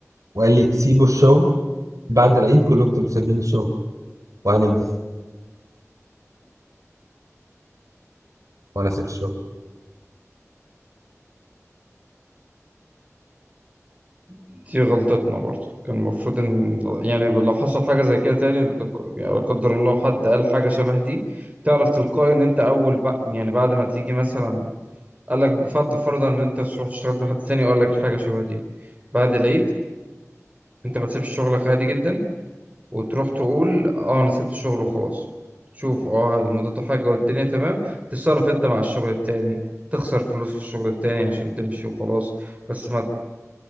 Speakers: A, on the right (about 85°); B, on the right (about 25°).
A: وقال لي سيبوا الشغل بعد العيد كلكم تبقوا سايبين الشغل وهنبدأ وانا سبت الشغل
B: دي غلطتنا برضه كان المفروض ان يعني لو حصل حاجه زي كده تاني لق- يعني لا قدر الله حد قال حاجه شبه دي تعرف تلقائي ان انت اول بق... يعني بعد ما تيجي مثلا قال لك فرض فرضا ان انت رحت اشتغلت مع حد تاني وقال لك حاجه شبه دي بعد العيد انت ما تسيبش شغلك عادي جدا وتروح تقول اه انا سبت الشغل وخلاص شوف اه مضيته حاجه والدنيا تمام تتصرف انت مع الشغل التاني تخسر فلوس في الشغل التاني عشان تمشي وخلاص بس ما